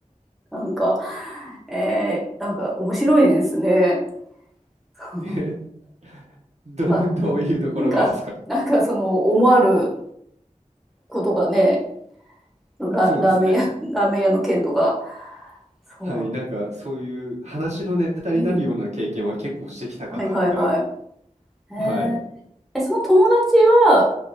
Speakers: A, in the centre; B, on the right (about 60°).
A: <laughs> なんか、えー、なんか面白いですね。<laughs>
B: <laughs> えどん、
A: あ
B: どういうところがですか
A: なんか、なんかその思わぬことがね、ラ、
B: そうですね。
A: ラーメン屋、ラーメン屋の件とか、そ
B: はい、なんかそういう話のネタになるような経験は結構してきたかな、
A: う、うん、はいはいはい。
B: みたいな。
A: えー、
B: はい。
A: え、その友達は、